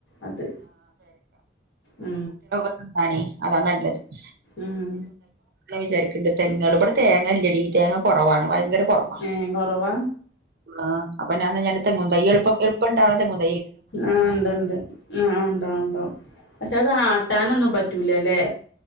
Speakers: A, on the left; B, on the right.
A: അത് ഉ
B: അതണേ അതാ നല്ലത് -
A: ഉം
B: വിചാരിക്കണ്ട് ഇവിടെ തേങ്ങ ഇല്ലടി തേങ്ങ കുറവാണ് ഭയങ്കര- കൊറവാ
A: ഏ കുറവാ
B: ആഹ് അപ്പോ ഞാൻ തെങ്ങന്തായി എളുപ്പ എുപ്പംണ്ടാവുന്ന തേങ്ങും
A: ആഹ് ഇണ്ട് ഉണ്ട് ആ ഉണ്ടാവും ഉണ്ടോ പക്ഷെ ആട്ടാനൊന്നും പറ്റൂലല്ലേ